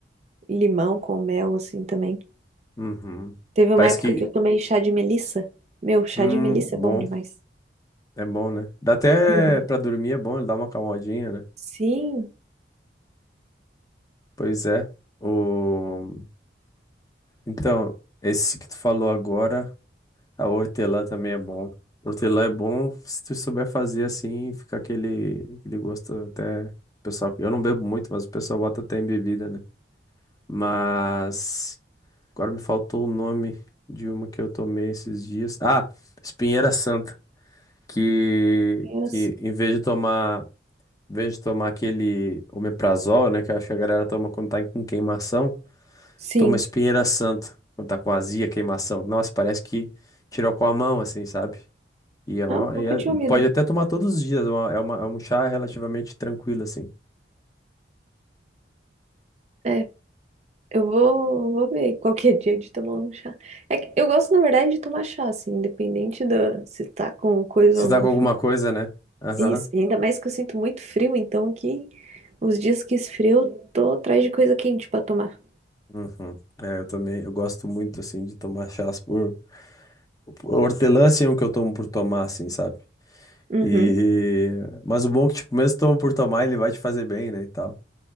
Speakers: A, on the right; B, on the left.
A: limão com mel, assim, também.
B: Uhum.
A: Teve uma
B: Parece
A: época
B: que,
A: que eu tomei chá de melissa. Meu, chá
B: hum,
A: de melissa
B: bom,
A: é bom demais.
B: é bom, né? Dá até
A: Uhum.
B: pra dormir, é bom, ele dá uma calmadinha, né?
A: Sim,
B: Pois é. O... Então, esse que tu falou agora. A hortelã também é bom. Hortelã é bom se tu souber fazer assim, fica aquele, aquele gosto até. Pessoal, eu não bebo muito, mas o pessoal bota até em bebida, né? Mas agora me faltou o nome de uma que eu tomei esses dias. Ah, espinheira santa, que
A: era
B: que em vez de tomar, em vez de tomar aquele omeprazol, né, que eu acho que a galera toma quando tá com queimação,
A: Sim.
B: toma espinheira santa quando tá com azia, queimação. Nossa, parece que tirou com a mão assim, sabe? E, é uma,
A: Ah, nunca
B: e é-
A: tinha
B: e
A: ouvido.
B: pode até tomar todos os dias. é uma- é, uma, é um chá relativamente tranquilo, assim.
A: É, eu vou, vou ver qualquer dia de tomar um chá. É que eu gosto, na verdade, de tomar chá, assim, independente da se tá com coisa
B: Se
A: ou não.
B: tá com alguma coisa, né? Aham.
A: Isso. E ainda mais que eu sinto muito frio, então aqui, os dias que esfria, eu tô atrás de coisa quente pra tomar.
B: Uhum. É, eu também, eu gosto muito, assim, de tomar chás por... por- Hortelã, assim, é um que eu tomo por tomar, assim, sabe?
A: Uhum.
B: E... Mas o bom é que, tipo, mesmo tomo por tomar, ele vai te fazer bem, né, e tal.